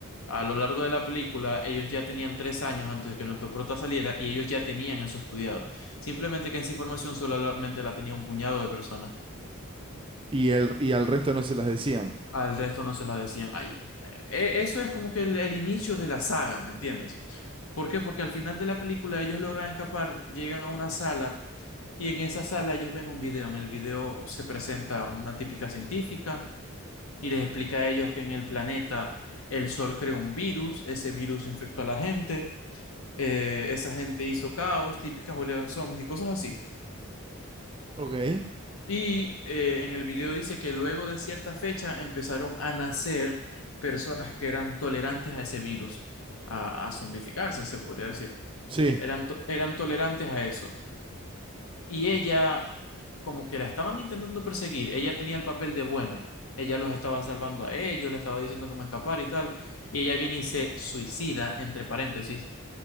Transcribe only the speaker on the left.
a lo largo de la película ellos ya tenían tres años antes de que nuestro prota saliera y ellos ya tenían eso estudiado. Simplemente que esa información solamente la tenía un puñado de personas.
Al resto no se la decían. ahí. e- eso es como que el, el inicio de la saga, ¿me entiendes? ¿Por qué? Porque al final de la película ellos logran escapar, llegan a una sala y en esa sala ellos ven un video. En el video se presenta una típica científica y les explica a ellos que en el planeta el sol creó un virus, ese virus infectó a la gente, eh, esa gente hizo caos, típicas oleadas zombies y cosas así.
Y eh, en el video dice que luego de cierta fecha empezaron a nacer personas que eran tolerantes a ese virus, a, a zombificarse, se podría decir.
Eran, to- eran tolerantes a eso. Y ella como que la estaban intentando perseguir, ella tenía el papel de buena, ella los estaba salvando a ellos, le estaba diciendo cómo escapar y tal, y ella viene y se suicida, entre paréntesis,